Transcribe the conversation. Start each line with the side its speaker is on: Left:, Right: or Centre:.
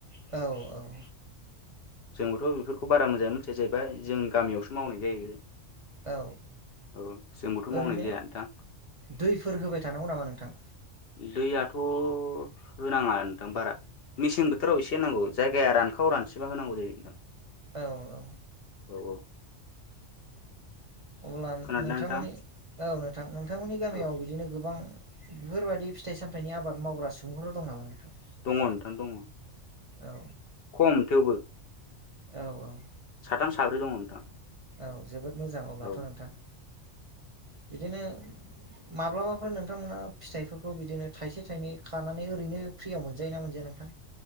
Right: औ औ
Left: जोंबोथ' बेफोरखौ बारा मोजाङै मिथिया जाहैबाय जोंनि गामियावसो मावनाय जायो
Right: औ
Left: औ जोंबोथ'
Right: ओरैनो
Left: मावनाय जाया नोंथां
Right: दैफोर होबाय थानांगौ नामा नोंथां
Left: दै आ थ' होनाङा नोंथां बारा मेसें बोथोराव एसे होनांगौ जायगाया रानखाव रान सिबा होनांगौ जायो नोंथां
Right: औ औ
Left: औ औ
Right: अब्ला
Left: खोनादोंना
Right: नोंथांमोननि
Left: नोंथां
Right: औ नोंथां नोंथांमोननि गामियाव
Left: औ
Right: बिदिनो गोबां बेफोरबायादि फिथाइ सामथाइनि आबाद मावग्रा सुबुंफोर दं नामा नोंथां
Left: दङ नोंथां दङ
Right: औ
Left: खम थेवबो
Right: औ औ
Left: साथाम साब्रै दङ नोंथां
Right: औ जोबोद मोजां अब्लाथ'
Left: औ
Right: नोंथां बिदिनो माब्लाबाफोर नोंथांमोना फिथाइफोरखौ बिदिनो थाइसे थाइनै खानानै ओरैनो फ्रियाव मोनजायो ना मोनजाया नों <inaudible>